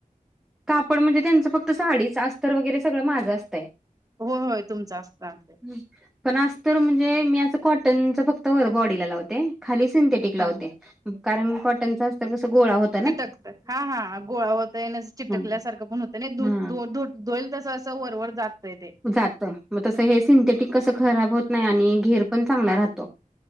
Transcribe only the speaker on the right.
हो होय तुमचा असत ना ते.
हा.
चिटकत, हा हा गोळा होतय न चिटकल्यासारखं
पण होतं नाही. धू
धोईल तसं असं वरवर जातंय ते.